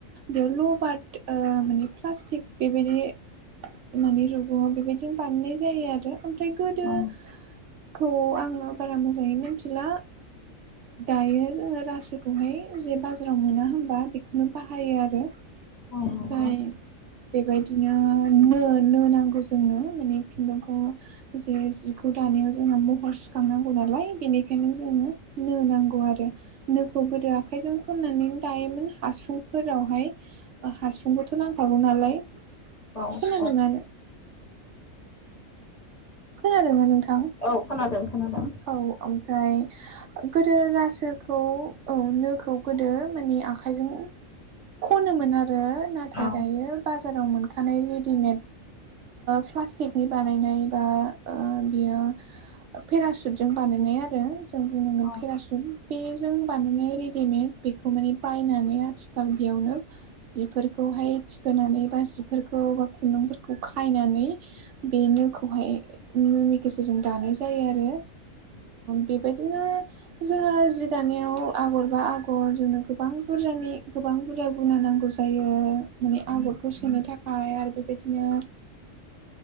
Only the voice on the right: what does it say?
बेयाव लबार्ट माने प्लास्टिक बेबायदि माने रुग'आव बेबायदिनो बानायनाय जायो आरो ओमफ्राय गोदो
खौ आङो बारा मोजाङै मिथिला दायो जोङो रासोखौहाय जे बाजाराव मोना होनबा बेखौनो बाहायो आरो ओमफ्राय
बेबायदिनो नो नो नांगौ जोंनो माने खुन्दुंखौ जे जिखौ दानायाव जों महर सिखांनांगौ नालाय बेनिखायनो जोङो नो नांगौ आरो नोखौ गोदो आखाइजों खननानै दायोमोन हासुंफोरावहाय हासुंखौथ' नांखागौ नालाय
खोनादोंना खोनादोंना नोंथां
औ ओमफ्राय गोदो रासोखौ औ नोखौ गोदो माने आखाइजों खनोमोन आरो नाथाय
दायो बाजाराव मोनखानाय रेडिमेड प्लास्टिकनि बानायनाय बा बियो पेरा सुटजों बानायनाय आरो जों बुंनांगोन
पेरा सुट बेजों बानायनाय रेडिमेड बेखौ माने बायनानै आथिखाल बेयावनो जिफोरखौहाय थिखोनानै बा जिफोरखौ बा खुन्दुंफोरखौ खायनानै बे नोखौहाय नोनि गेजेरजों दानाय जायो आरो
बेबायदिनो जोङो जि दानायाव आगर बा आगर जोंनो गोबां बुरजानि गोबां बुरजा गुना नांगौ ज जायो माने आगरखौ सोनो थाखाय आरो बेबायदिनो